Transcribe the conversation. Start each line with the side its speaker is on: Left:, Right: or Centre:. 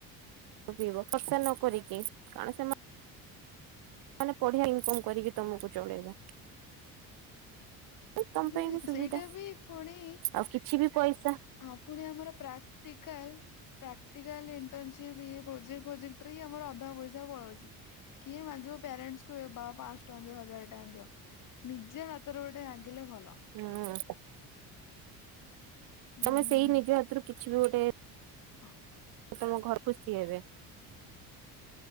Right: <unintelligible> ପିଇବ ଖର୍ଚ୍ଚ ନ କରିକି କାରଣ ସେମାନେ । ମାନେ ପଢିଆ ଇନକମ କରିକି ତମକୁ ଚଳେଇବେ। ତମ
Left: ହୁଁ
Right: ପାଇଁ ବି ସୁବିଧା
Left: ସେଇଟା ବି ପୁଣି
Right: ଆଉ କିଛି ବି ପଇସା
Left: ହଁ ପୁଣି ଆମର ପ୍ରାକ୍ଟିକାଲ। ପ୍ରାକ୍ଟିକାଲ ଇଣ୍ଟନସିପ ଇଏ ପ୍ରୋଜେକ୍ଟରେ ହିଁ ଆମର ଅଧା ପଇସା ପଳଳୋଉଚି କିଏ ମାଗିବ ପ୍ୟାରେଣ୍ଟସକୁ ବା ପାଞ୍ଚ ଟଙ୍କା ଦିଅ ହଜାର ଟଙ୍କା ଦିଅ। ନିଜେ ହାତରେ ଗୋଟେ ଲାଗିଲେ ଭଲ।
Right: ହୁଁ
Left: ହୁଁ
Right: ତମେ ସେଇ ନିଜ ହାତରୁ କିଛି ବି ଗୋଟେ
Left: ହଁ
Right: ତମ ଘରେ ଖୁସି ହେବେ।